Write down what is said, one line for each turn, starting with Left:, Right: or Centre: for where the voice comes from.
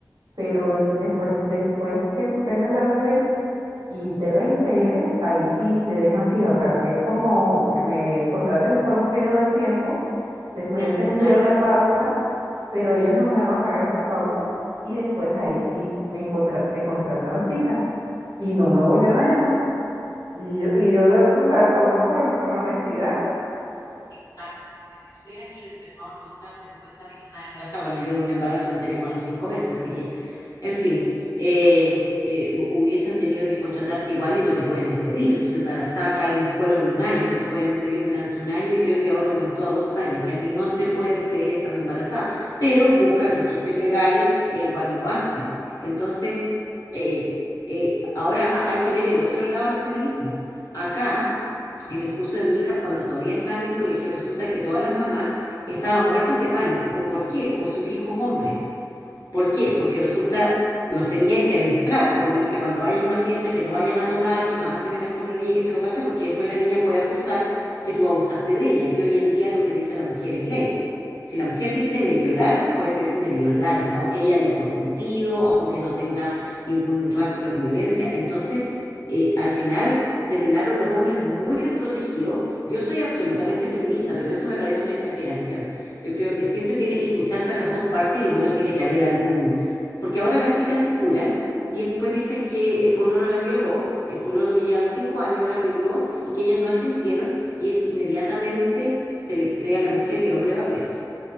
Right: pero después, después que tú tengas la bebé, y te reintegres, ahí sí te dejan fija, o sea, que es como que me contraten por un periodo de tiempo, después
Left: ¿Le
Right: yo
Left: aceptaron?
Right: tendré una pausa, pero ellos no me van a pagar esa pausa y después ahí sí me, contra- me contratan fija y no me volvieron a llamar. Y yo, y yo de- tú sabes, por, uno por, por honestidad,
Left: Exacto, porque si tú hubieras ido y firmado el contrato y después sale que estás embarazada, bueno, yo de un embarazo me enteré como a los cinco meses, así que, en fin, eh, eh, hu- hubiesen tenido que contratarte igual y no te pueden despedir. O sea, embarazada cae un fuero de un año, no te pueden despedir durante un año y creo que ahora aumentó a dos años, que a ti no te pueden despedir estando embarazada, pero buscan resquicios legales, e igual lo hacen. Entonces, eh, eh, ahora hay que ver el otro lado del feminismo. Acá en el curso de mi hija, cuando todavía estaba en el colegio, resulta que todas las mamás estaban muertas de pánico. ¿Por qué? Por sus hijos hombres. ¿Por qué? Porque resulta, los tenían que adiestrar, poco menos que cuando vayas a una fiesta, que no vayas a tomar, que jamás te metas con una niña que esté borracha, porque después la niña puede acusar que tú abusaste de ella. Y hoy en día lo que dice la mujer es ley. Si la mujer dice me violaron, pues es me violaron, aunque ella haya consentido, aunque no tenga ningún rastro de violencia. Entonces, eh, al final terminaron los hombres muy desprotegidos. Yo soy absolutamente feminista, pero eso me parece una exageración. Yo creo que siempre tiene que escucharse a las dos partes y bueno, tiene que haber algún... Porque ahora las chicas se curan y después dicen que el pololo las violó, el pololo que llevan cinco años las violó y que ellas no asintieron y es inmediatamente se le cree a la mujer y el hombre va preso.